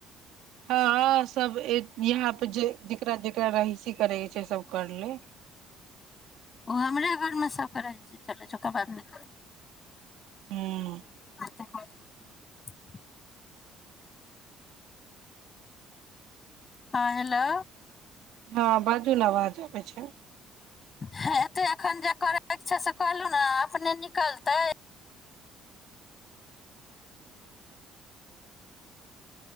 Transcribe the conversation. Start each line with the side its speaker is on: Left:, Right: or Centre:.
Right: हँ सब यहाँ पे जे जकरा जेकरा रहिसी करैके छै सब कर ले
Left: ओ हमरा घरमे सबके रहिसी चल छै ओकर बाद न
Right: हूँ
Left: एते करय <unintelligible> हँ हेलो
Right: हँ बाजू ने अवाज आबै छै
Left: ह एते एखन जे करयके छै से कऽ लू ने अपने निकलतै